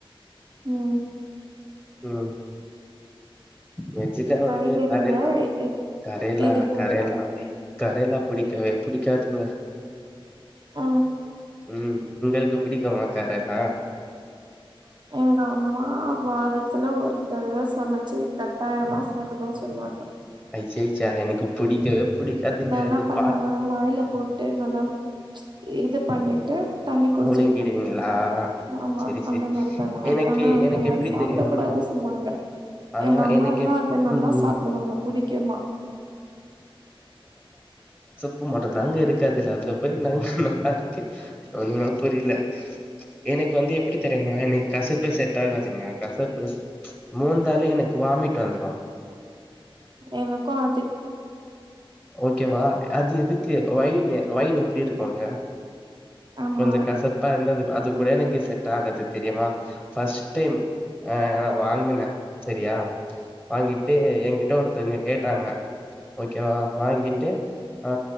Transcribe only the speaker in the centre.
உம் மெஜ்ல வந்து
கரலா
கரலா
கரலா கரேலா புடிக்கவே புடிக்காதுங்க
உம் உங்களுக்கு பிடிக்கும்மாக்காரல்லாம்
ஐயய எனக்கு புடிக்கவே புடிக்காதுங்க
அது
பாத்
முழுங்கிடுவீங்களா
செரி செரி
எனக்கு
எனக்கு
எப்டி
தெரியுமா
ஆனா
எனக்கு எப்
ம்
உப்பு மட்டும் தாங்க இருக்கு அதுல அதுல போய் என்னாங்க நல்லா இருக்கு ஒண்ணுமே புரில எனக்கு வந்து எப்டி தெரியுமா எனக்கு கசப்பே செட் ஆகாதுங்க கசப்பு மோந்தாலே எனக்கு வாமிட் வந்துடு
ஓகேவா அது எதுக்கு வைங்க வைன் எப்டி இருக்குங்க
கொஞ்சோ கசப்பா இருந்தது அது கூட எனக்கு செட் ஆகாது தெரியுமா ஃபர்ஸ்ட் டைம் ஆ நா வாங்கினே செரியா வாங்கிட்டு என்கிட்ட ஒருத்தங்க கே ட்டாங்க ஓகே வா வாங்கிட்டு ஆ